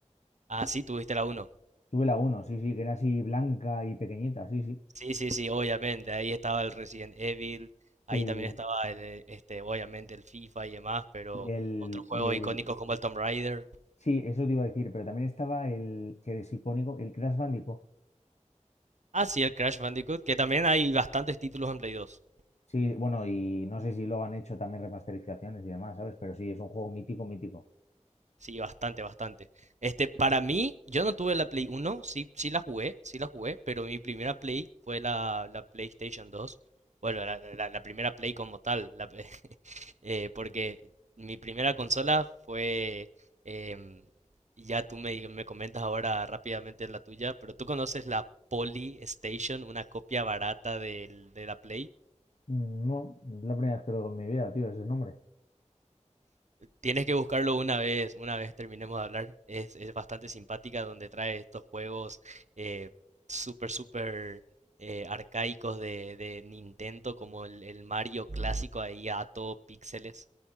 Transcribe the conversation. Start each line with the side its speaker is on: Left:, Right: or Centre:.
Right: Ah, sí, tuviste la uno
Left: Tuve la uno sí, sí, que era así blanca y pequeñita, sí, sí.
Right: Sí, sí, sí, obviamente, ahí estaba el Resident Evil, ahí
Left: Sí,
Right: también
Left: sí.
Right: estaba
Left: sí.
Right: el, eh, este, obviamente el FIFA y demás, pero
Left: Y el,
Right: otros juegos
Left: y el,
Right: icónicos como el Tomb Raider.
Left: sí, eso te iba a decir, pero también estaba el que es icónico, el Crash Bandicoot.
Right: Ah, sí, el Crash Bandicoot, que también hay bastantes títulos en Play dos
Left: Sí, bueno, y no sé si lo han hecho también remasterizaciones y demás, ¿sabes? Pero sí, es un juego mítico, mítico.
Right: Sí, bastante, bastante. Este, para mí, yo no tuve la Play uno sí, sí la jugué, sí la jugué, pero mi primera Play fue la, la PlayStation dos Bueno, la, la- la primera Play como tal, la pe- <laughs> eh, porque mi primera consola fue, em, ya tú me, me comentas ahora rápidamente la tuya, pero tú conoces la Poly Station, una copia barata del- de la Play.
Left: Mm, No, es la primera vez que lo oigo en mi vida, tío, ese nombre.
Right: Tienes que buscarlo una vez, una vez terminemos de hablar. Es, es bastante simpática donde trae estos juegos eh, súper, súper eh, arcaicos de, de Nintendo, como el, el Mario clásico ahí a todo píxeles.